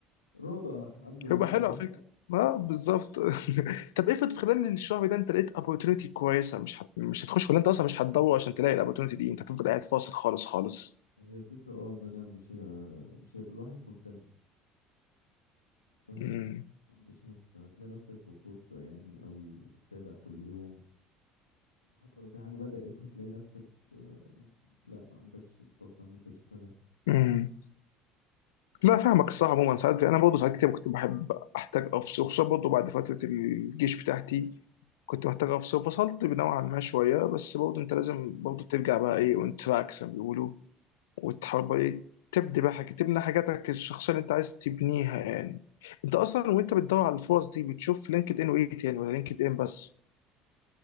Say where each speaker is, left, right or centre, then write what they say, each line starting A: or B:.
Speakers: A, on the left (about 90°); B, on the left (about 70°).
A: رضا الحمد لله
B: هيبقى حلو على فكره ما بالظبط <laughs> طب افرض في خلال الشهر ده انت لقيت opportunity كويسه مش هت... مش هتخش ولا انت اصلا مش هتدور عشان تلاقي opportunity دي انت هتفضل قاعد فاصل خالص خالص
A: هي الفكرة اه ان انا مش ه... مش هيبقى الواحد مهتم فاهم
B: امم
A: مش هت... هتلاقي نفسك بتبص يعني قوي وبتتابع كل يوم وحتى لو في حاجة بدأت هتلاقي نفسك آه، لا ما عندكش طاقة ان انت تشتغل
B: امم لا فاهمك الصراحه عموما ساعات انا برضه ساعات كتير كنت بحب احتاج افصل خصوصا برضه بعد فتره الجيش بتاعتي كنت محتاج افصل فصلت نوعا ما شويه بس برضه انت لازم برضه ترجع بقى ايه اون تراك زي ما بيقولوا وتحاول بقى إيه تبدي بقى حاجة تبني حاجاتك الشخصية اللي أنت عايز تبنيها يعني أنت أصلا وأنت بتدور على الفرص دي بتشوف لينكد إن وإيه تاني ولا لينكد إن بس